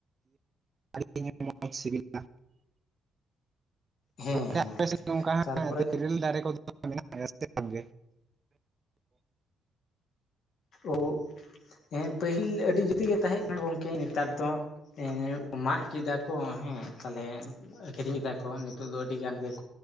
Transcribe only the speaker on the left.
ᱦᱮᱸ
ᱦᱮᱸ
ᱛᱟᱨᱯᱚᱨᱮ
ᱚ ᱦᱮᱸ ᱯᱟᱹᱦᱤᱞ ᱟᱹᱰᱤ ᱡᱩᱛᱤ ᱜᱮ ᱛᱟᱦᱮᱸ ᱠᱟᱱᱟ ᱜᱚᱝᱠᱮ ᱱᱮᱛᱟᱨ ᱫᱚ ᱮ ᱢᱟᱜ ᱠᱮᱫᱟ ᱠᱚᱼᱼ ᱠᱚ ᱦᱮᱸ ᱛᱟᱦᱚᱞᱮ ᱟᱹᱠᱷᱨᱤᱧ ᱠᱮᱫᱟ ᱠᱚ ᱱᱤᱛᱚᱜ ᱫᱚ ᱟᱹᱰᱤ ᱜᱟᱱ ᱜᱮᱠᱚ